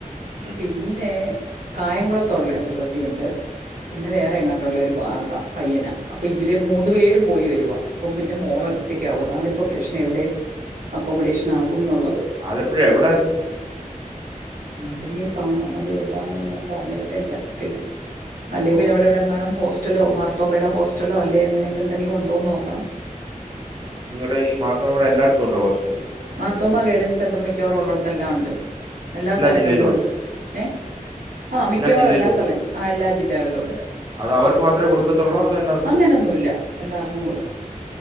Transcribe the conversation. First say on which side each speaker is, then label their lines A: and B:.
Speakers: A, on the right; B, on the right.
A: ഉം.
B: പിന്നെ കായംകുളത്തുള്ള ഒരു കുട്ടിയുണ്ട് പിന്നെ വേറെ
A: ഉം.
B: എങ്ങട്ടോള്ളോരു അതാ പയ്യനാ അപ്പൊ ഇവര് മൂന്നു
A: ഓഹ്.
B: പേരും പോയി വരുവാ പ്പം പിന്റെ മോളൊറ്റക്കാവും
A: ഓഹ്.
B: അതാണ് പ്പൊ പ്രശ്നം എവിടെ അക്കോമഡേഷൻ ആക്കുംന്നുള്ളത്
A: ആലപ്പുഴ എവിടാ ഇത്
B: അത് സ അത് എവിടാന്ന് ഞാ പറഞ്ഞ കേട്ട് എനിക്കത്തില്ല അല്ലെ പിന്നെവിടെവിടെങ്ങാണും
A: ഓഹ്. ഓഹ്.
B: ഹോസ് സ്റ്റലോ മാർത്തോമയുടെ ഹോസ്റ്റലോ അല്ലെ എങ്ങനെെന്തങ്കിലും ഉണ്ടോന്ന് നോക്കണം
A: നിങ്ങടെ ഈ മാർത്തമ്മവിടെ എല്ലായിടെത്തും ഉണ്ടോ ഹോസ്റ്റല്
B: <unintelligible> സെന്ററ് മിക്കവാറും ഉള്ളടത്തെല്ലാം ഉണ്ട് എല്ലാ സ്ഥലങ്ങളിലും
A: ജില്ലയിലും
B: ഉണ്ട്
A: ഉണ്ടോ?
B: ഏ ആ മിക്കവാറും
A: ജില്ലയിലും
B: എല്ലാ സ്ഥലം
A: ഉണ്ടോ?
B: ആ എല്ലാ ജില്ലകളിലും ഉണ്ട്
A: അത് അവർക്ക് മാത്രമേ കൊടുക്കത്തുള്ളോ? അതോ എല്ലാവർക്കും
B: അങ്ങനൊന്നുല്ല
A: കൊടുക്കോ?
B: എല്ലാർക്കും കൊടുക്കും